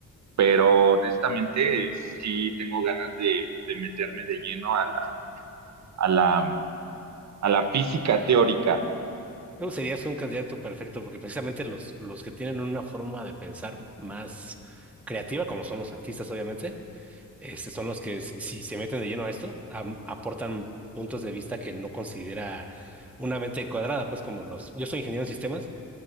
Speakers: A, on the right; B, in the centre.
A: pero honestamente sí tengo ganas de, de meterme de lleno a la, a la, a la física teórica.
B: Tú serías un candidato perfecto porque precisamente los, los que tienen una forma de pensar más creativa, como son los artistas, obviamente, este, son los que s- si se meten de lleno a esto, am- aportan puntos de vista que no considera una mente cuadrada, pues como los, yo soy ingeniero en sistemas.